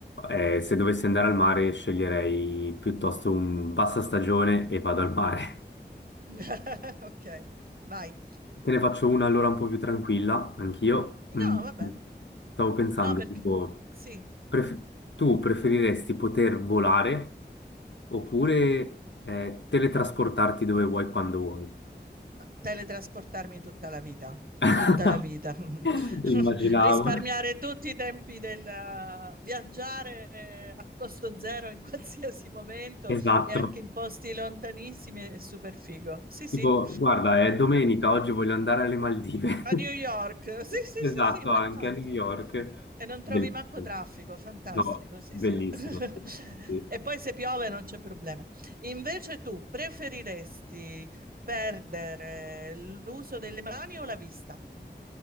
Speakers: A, on the left; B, on the right.
A: eh, se dovessi andare al mare sceglierei piuttosto un bassa stagione e vado al mare. <laughs>
B: <laughs> Ok, vai.
A: Te ne faccio una allora un po' più tranquilla, anch'io.
B: No,
A: Mm,
B: vabbè.
A: Stavo pensando,
B: No, perché
A: tipo,
B: sì,
A: pref- tu preferiresti poter volare oppure eh, teletrasportarti dove vuoi quando vuoi?
B: teletrasportarmi tutta la vita,
A: <laughs>
B: tutta la vita. <laughs>
A: Immaginavo.
B: Risparmiare tutti i tempi del viaggiare eh, a costo zero in <laughs> qualsiasi momento
A: Esatto.
B: e anche in posti lontanissimi è super figo. Sì, sì.
A: Tipo, guarda, è domenica, oggi voglio andare alle Maldive.
B: A New York,
A: <laughs>
B: sì, sì,
A: Esatto,
B: sì, sì, ma
A: anche
B: infatti.
A: a New York.
B: E non trovi
A: Bellissimo.
B: manco traffico, fantastico,
A: No,
B: sì,
A: bellissimo.
B: sì. <laughs>
A: Sì.
B: E poi se piove non c'è problema. Invece tu preferiresti perdere l'uso delle mani o la vista?